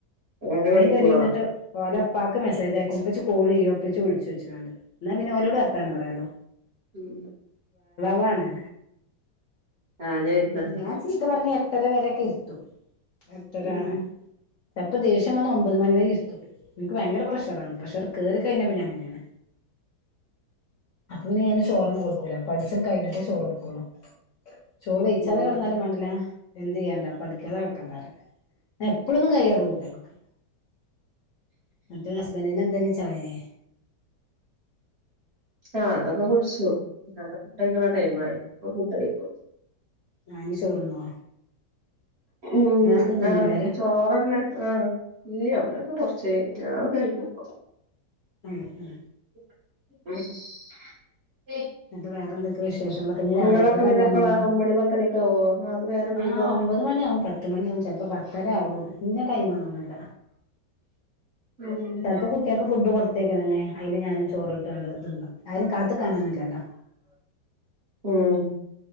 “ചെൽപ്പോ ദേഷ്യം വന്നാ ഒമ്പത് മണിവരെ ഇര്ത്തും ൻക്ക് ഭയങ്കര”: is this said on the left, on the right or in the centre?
Left